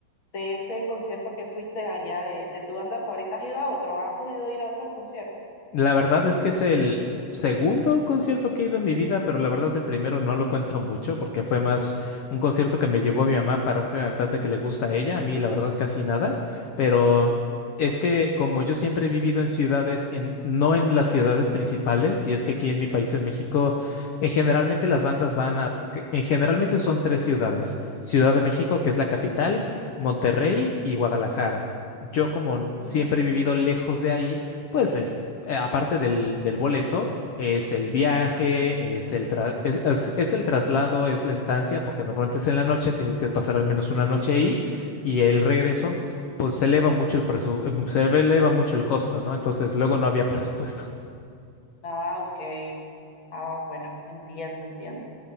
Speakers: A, on the left (about 45°); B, on the left (about 65°).
A: de ese concierto que fuiste allá de, de tu banda favorita, ¿has ido a otro? ¿Has podido ir a otros conciertos?
B: La verdad es que es el segundo concierto que he ido en mi vida, pero la verdad el primero no lo cuento mucho porque fue más un concierto que me llevó mi mamá para un cantante que le gusta a ella, a mí la verdad casi nada, pero es que como yo siempre he vivido en ciudades, en, no en las ciudades principales, y es que aquí en mi país, en México, eh, generalmente las bandas van a, que- en generalmente son tres ciudades, Ciudad de México,
A: Ok.
B: que es la capital, Monterrey y Guadalajara. Yo como
A: Mm,
B: siempre he vivido lejos de ahí, pues es eh, aparte del, del boleto, es el viaje, es el, tra- es, es- es el traslado, es la estancia, porque normalmente es en la noche, tienes que pasar al menos una noche ahí, y el regreso, pues se eleva mucho el presu- em, se eleva mucho el costo, ¿no? Entonces luego no había presupuesto.
A: ah, ok. Ah, bueno, entiendo, entiendo.